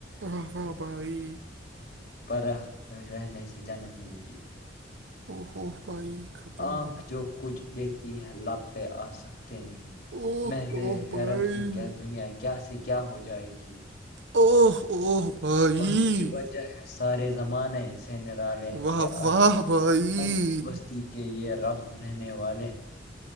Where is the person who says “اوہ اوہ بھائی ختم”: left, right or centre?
Right